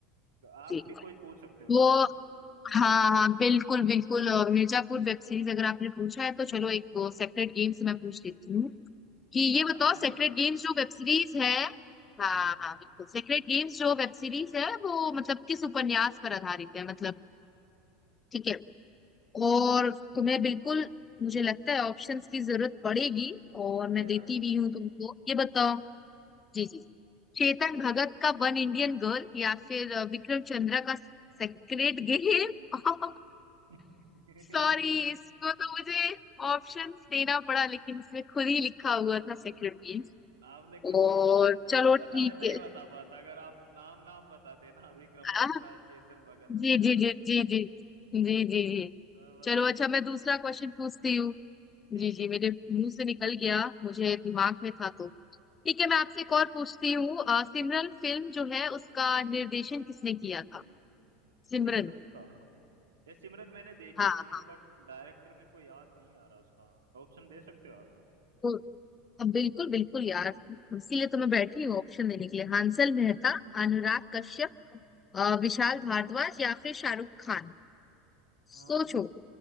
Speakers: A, on the right; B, on the left.
A: तो आप
B: जी
A: भी कोई पूछ सकते हो मेरे
B: वो
A: से
B: हाँ हाँ बिल्कुल बिल्कुल अ, मिर्जापुर वेब सीरीज अगर आपने पूछा है तो चलो एक सेपरेट गेम से मैं पूछ लेती हूँ कि ये
A: हाँ
B: बताओ
A: मैंने
B: सेक्रेट
A: देखी
B: गेम्स
A: है
B: जो वेब सीरीज है
A: हाँ
B: हाँ हाँ बिल्कुल सेक्रेट गेम्स जो वेब सीरीज है वो मतलब किस उपन्यास पर आधारित है मतलब ठीक है और तुम्हें बिल्कुल मुझे लगता है ऑप्शंस की जरूरत पड़ेगी और
A: हाँ
B: मैं
A: यार
B: देती भी हूँ तुमको ये बताओ जी जी चेतन भगत का वन इंडियन गर्ल या फिर अ, विक्रम चंद्रा का सेक्रेट गेम और
A: <laughs>
B: सॉरी <laughs> इसको तो मुझे ऑप्शंस देना पड़ा लेकिन इसमें खुद ही लिखा हुआ था सेक्रेट
A: आपने खुद
B: और
A: नहीं बता दिया
B: चलो
A: वरना
B: ठीक
A: मैं नहीं
B: है
A: बता पाता अगर आप नाम नाम बताते ना विक्रम चंद्रा
B: आ,
A: चेतन भगत वगैरह
B: जी जी जी जी जी जी जी जी
A: तो मैं बता
B: चलो
A: ही
B: अच्छा
A: नहीं
B: मैं
A: पाता
B: दूसरा क्वेश्चन पूछती हूँ
A: ठीक
B: जी जी
A: है
B: मेरे मुंह से निकल गया मुझे दिमाग में था तो ठीक है मैं आपसे एक और पूछती हूँ अ, सिमरन फिल्म जो है उसका निर्देशन किसने किया था
A: सिमरन
B: सिमरन
A: का ये सिमरन मैंने देखी
B: हाँ
A: तो है बट डायरेक्टर मेरे को याद नहीं आ रहा उसका ऑप्शन दे सकते हो आप
B: तो अब बिल्कुल बिल्कुल यार इसीलिए तो मैं बैठी हूँ ऑप्शन देने के लिए हांसल मेहता अनुराग कश्यप अ,
A: हाँ
B: विशाल भारद्वाज या फिर शाहरुख खान
A: हाँ
B: सोचो